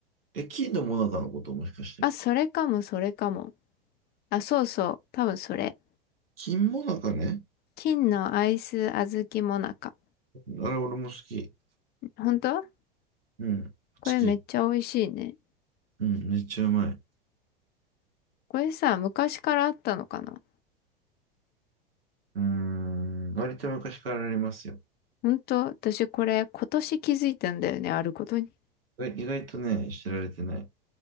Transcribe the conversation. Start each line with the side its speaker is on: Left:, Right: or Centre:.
Right: え、金のもなかのこともしかして。
Left: あ、それかも、それかも。あ、そうそう。多分それ。
Right: 金もなかね。
Left: 金のアイス小豆もなか。
Right: あれ、俺も好き。
Left: 本当
Right: うん。好き。
Left: これめっちゃ美味しいね。
Right: うん。めっちゃうまい。
Left: これさ、昔からあったのかな
Right: うーん。割と昔からありますよ。
Left: ほんと、私これ今年気づいたんだよね、あることに。
Right: 意外意外とね、知られてない。